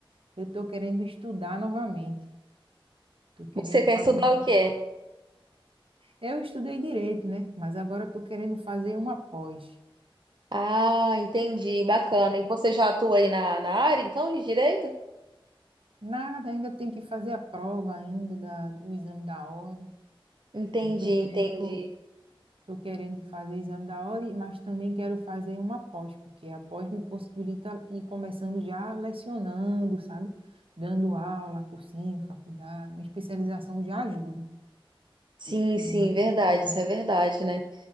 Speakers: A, on the right; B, on the right.
A: eu tô querendo estudar novamente. Tô querendo
B: Você quer
A: fazer
B: estudar
A: um...
B: o quê?
A: Eu estudei direito, né? Mas agora eu tô querendo fazer uma pós.
B: Ah, entendi, bacana. E você já atua aí na, na área, então, de direito?
A: Nada, ainda tenho que fazer a prova ainda da, o exame da ordem.
B: Entendi,
A: E tô querendo,
B: entendi.
A: tô querendo fazer o exame da ordem, mas também quero fazer uma pós, porque a pós me possibilita ir começando já lecionando, sabe? Dando aula, cursinho, faculdade, uma especialização já ajuda.
B: Sim, sim,
A: E é muito
B: verdade,
A: importante.
B: isso é verdade, né?